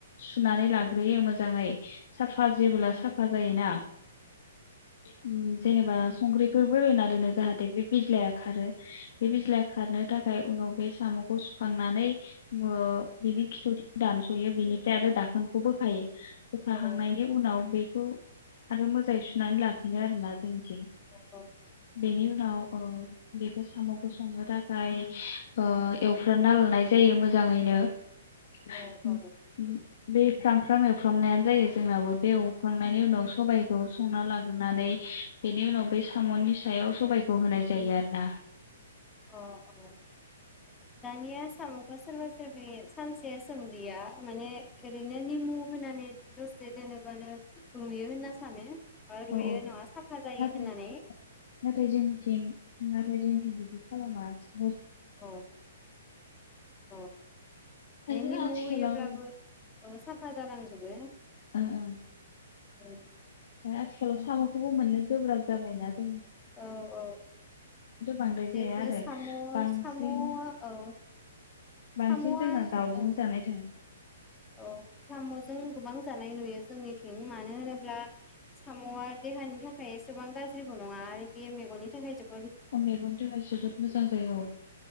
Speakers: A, on the left (about 60°); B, on the left (about 15°).
A: सुनानै लाग्रोयो मोजाङै साफा जेबोला साफा जायोना उम जेनेबा संख्रिफोरबो होना दोनो जाहाथे बे बिज्लाया खारो बे बिज्लाया खारनो थाखाय उनाव बे साम'खौ सुखांनानै मो बिनि खिथुथिं दानस'यो बिनिफ्राय आरो दाखोनखौ बोखायो। <unintelligible>
B: औ औ
A: हांनायनि उनाव बे खौ आरो मोजाङै सुनानै लाफिनो आरोना। <unintelligible>
B: औ
A: बेनि उनाव ओ बेखौ साम'खौ संनो थाखाय ओ एवफ्राना लानाय जायो मोजाङैनो। <unintelligible>
B: औ औ
A: बे फ्राम फ्राम एवफ्रामनायानो जायो जोंनाबो बे एवफ्रांनायनि उनाव सबायाइखौ संना लाग्रोनानै बेनि उनाव बे साम'नि सायाव सबाइखौ होनाय जायो आरोना।
B: अ औ दानिया सामुखो सोरबा सोरबि सानसे सोमलिया माने ओरैनो निमु होनानै दसे दोनोबानो रुयो होनना सानो ओ रुयो
A: औ औ
B: नङा साफा जायो
A: नाथाय
B: होननानै।
A: नाथाय जोंनिथिं नाथाय जोंथिं बिदि खालामलामा
B: औ औ
A: आरो
B: निमु
A: आथिखालाव
B: होयोब्लाबो औ साफा जालांजोबो औ
A: ओं ओं आथिखालाव सामखौबो मोननो गोब्राब जाबायना जों
B: औ औ
A: बांद्राय
B: बेफोर
A: जाया आरो
B: साम
A: बांसिन
B: साम औ
A: बांसिन
B: साम'आ
A: जोंहा दाउजों
B: औ
A: जानाय थाङो <inaudible>
B: औ सामजों गोबां जाग नाय नुयो जोंनिथिं मानो होनोब्ला? सामआ देहानि थाखाय एसेबां गाज जेबो नङा आरो बे मेगननि थाखाय जो
A: अ मेगननि थाखाय जोबोद मोजां जायो औ